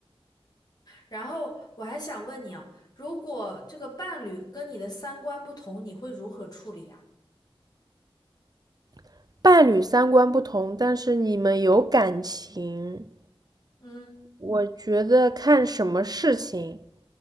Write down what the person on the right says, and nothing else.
<laughs> 伴侣三观不同，但是你们有感情。
我觉得看什么事情。